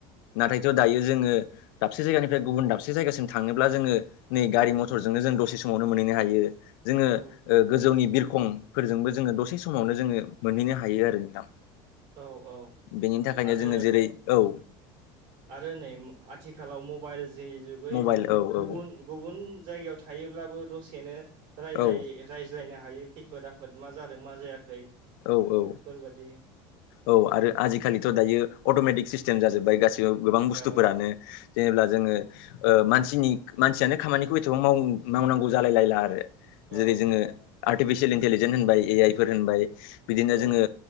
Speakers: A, on the left; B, on the right.
A: नाथायथ' दायो जोङो दाबसे जायगानिफ्राय गुबुन दाबसे जायगासिम थांनोब्ला जोङो नै गारि मथरजोंनो जों दसे समावनो मोनहैनो हायो। जोङो
B: औ
A: ओ गोजौनि बिब खंफोरजोंबो जोङो दसे समावनो जोङो मोनहैनो हायो आरो नोंथां।
B: औ औ
A: बेनि थाखायनो
B: आरो
A: जोङो जेरै औ।
B: आरो नै आथिखालाव मबाइल जेय' जुगै
A: मबाइल
B: जों
A: औ औ
B: गुबुन गुबुन जायगायाव थायोब्लाबो दसेनो रायलाय
A: औ
B: रायज्लायनो हायो खैफोद आफोद मा जादों मा जायाखै।
A: औ औ
B: बेफोरबादि
A: औ आरो आजिखालिथ' दायो अट'मेटिक सिस्टेम जाजोबबाय गासिबो गोबां
B: औ
A: बुस्थुफोरानो। जेनेब्ला जोङो ओ मानसिनि मानसियानो खामानिखौ एथबां मावो मावनांगौ जालाय लायला आरो।
B: औ
A: जेरै जोङो आर्टिफिसियेल इन्टेलिजेन होनबाय ए आइ फोर होनबाय बिदिनो
B: औ
A: जोङो